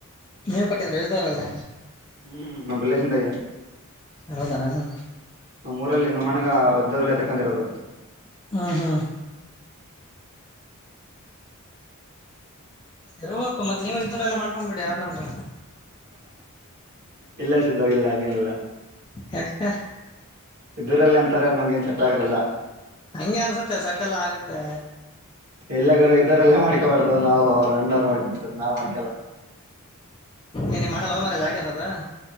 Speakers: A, on the left; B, on the right.
A: ನೀವು ಕಟ್ಟಿದಾರ ಇದಾರಲ್ಲ
B: ಹ್ಮ್ ನಮ ರಿಲೇಷನ್ದಾಗೆ
A: ಹೌದಾ ಹ
B: ನಮ್ಮೂರಲ್ಲಿ ನಮ್ಮಣ್ಣಗ ಇದ್ದರಲ್ಲಿ ತಕ್ಕಂತಿರೋದು
A: ಹಾ ಹಾ ಇರ್ಬೇಕು ಮತ್ ನೀವ ಇದ್ರ ಎಲ್ಲ ಮಾಡ್ಕೊಬಿಡಿ ಯಾರನಾದ್ರ
B: ಇಲ್ಲ ಸಿದ್ಧವಾಗಿಲ್ಲ ಹಂಗೇನಿಲ್ಲ
A: ಯಾಕೆ
B: ಇದೂರಲ್ಲಿ ಅಂತಾರೆ ನಮ್ಗೆ ನ್ ಸೆಟ್ ಆಗರ್ಲ್ಲ
A: ಹಂಗೆ ಅನ್ಸತ್ತೆ ಸಟ್ಟೆಲ್ಲಾ ಆಗತ್ತೆ
B: ಎಲ್ಲಗಾರ ಇದರೆಲ್ಲ ಮಾಡ್ಕೊಬಾರ್ದ್ ನಾವು ಅವ್ರ ಅಣ್ಣ್ರು ಮಾಡ್ಕೊಂಡ ಇದ ನಾವ್ ಮಾಡ್ಕಲ್ಲ
A: ಏನಮ್ಮ ಮಣ ಅವ ಮರ ಜಾಗೆರದ